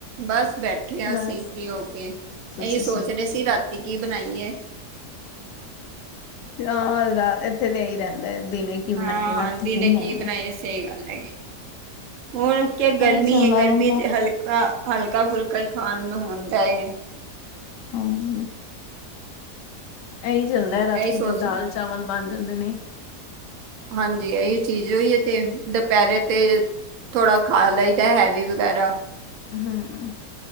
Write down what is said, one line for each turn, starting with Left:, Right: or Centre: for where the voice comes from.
Right: ਬਸ ਬੈਠੇ ਆਸੀਂ
Left: ਬਸ
Right: ਫਰੀ ਹੋ ਕੇ ਇਸੀ
Left: ਤੁਸੀਂ
Right: ਸੋਚ ਰਹੇ ਸੀ ਰਾਤੀ ਕੀ ਬਣਾਈਏ,
Left: ਆਹ ਇਥੇ ਤੇ ਹੀ ਰਹਿੰਦਾ ਦਿਨੇ ਕੀ ਬਣਾਈ
Right: ਹਾਂ
Left: ਹੈ ਰਾਤੀ
Right: ਦਿਨੇ
Left: ਕੀ ਬਣਾਈ
Right: ਬਣਾਈਏ
Left: ਹੈ।
Right: ਸਹੀ ਗੱਲ ਹੈਗੀ ਹੁਣ ਕ ਗਰਮੀ
Left: ਇਹੀ ਚੱਲਦਾ
Right: ਹੈ ਗਰਮੀ
Left: ਰਹਿੰਦਾ
Right: ਚ ਹਲਕੇ ਹਲਕਾ ਫੁਲਕਾ ਹੀ ਖਾਣ ਨੂੰ ਹੁੰਦਾ ਹੈ
Left: ਹਾਂਜੀ ਇਹੀ ਚੱਲਦਾ ਰਾਤੀ
Right: ਇਹੀ ਸੋਚ
Left: ਦੇ ਦਾਲ ਚਾਵਲ ਬਣ ਜਾਂਦੇ ਨੇ
Right: ਹਾਂਜੀ ਇਹੀ ਚੀਜ਼ ਹੋਹੀ ਹੈ ਤੇ ਪਹਿਲੇ ਤੇ ਥੋੜਾ ਖਾ ਲਹੀਦਾ ਹੈਵੀ ਵਗੈਰਾ,
Left: ਹਮ